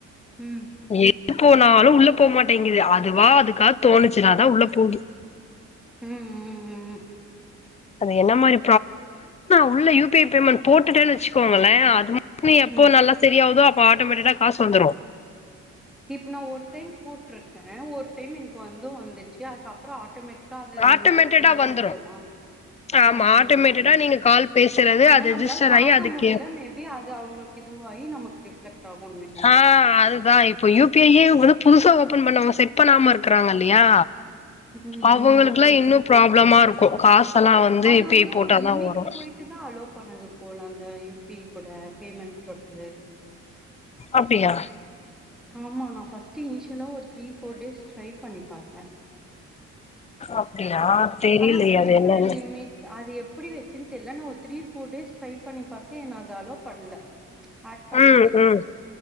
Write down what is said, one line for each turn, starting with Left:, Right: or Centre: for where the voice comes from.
Centre: உம்
Left: எது போனாலும் உள்ள போகமாட்டேங்குது அதுவா அதுக்காக தோணுச்சுனாதான் உள்ள போகுும்
Centre: உம் உம் உம் உ
Left: அது என்ன மாதிரி உள்ள ிமண்ட் போட்டுட்டேன்னு வச்சுக்கோங்களன் அது மாதிர நீ எப்போ
Centre: ம்
Left: நல்லா சரியகுதோ அப்போ ஆட்டோமேட்டிக்கா காசு வந்துடும்
Centre: இப்ப நான் ஒரு டைம் போட்டிருக்கேன் ஒரு டைம் எனக்கு வந்தோ வந்துச்சு அதுக்கப்புறம் ஆட்டோமேட்டிக்கா அது
Left: ஆட்டோமேட்டடா
Centre: மதல்லாம்
Left: வந்துரு
Centre: வந்துருமா
Left: ஆமா
Centre: ஓகே
Left: ஆட்டோமேட்டடா
Centre: ஓகே
Left: நீங்க கால் பேசுறது
Centre: ஆனா
Left: அது
Centre: நம்மளால்
Left: ரிஜிஸ்டர்
Centre: பாார்கக்க
Left: ஆயி அதுக்கு
Centre: முடியல மேபி அது அவங்களுக்கு இது நமக்கு ரிஃப்ளெக்ட் ஆகுன்றீங்க
Left: ஆஹ் அதுதான் இப்பயும் இப்பயே வந்து புதுசா ஓபன் பண்ணாங்க செட் பண்ணாம இருக்கிறாங்க இல்லையா
Centre: ம்
Left: அவங்களுக்குெல்லாம்
Centre: ம் ஓகே
Left: இன்னும்
Centre: ஓகே
Left: ப்ராப்ளமா இருக்கும் காச எல்லாம் வந்து
Centre: அது
Left: பேய் போட்டாதான்
Centre: ஒரு லிமிட்
Left: வரும்
Centre: போயிட்டு தான் அலோவ பண்ணது போல அந்த யுபிஐ கூட பேமெண்ட்டது
Left: அப்பியா
Centre: ஆமா நான் ஃபர்ஸ்ட்ட் இனிஷியலா ஒரு த்ரீ ஃோர் டேஸ் ட்ரை பண்ணி பார்த்தேன்
Left: அப்டியா தெரியலையே
Centre: ஆஹ் பேசுற
Left: அது என்னன்னு
Centre: லிமிட் அது எப்படி வச்சுன்னு தெரியில நா ஒருத்த டேஸ் ட்ரை பண்ணி பார்த்து என் அதது அலோ பண்ணல ஆட் பண்ணுவே
Left: ம் ம்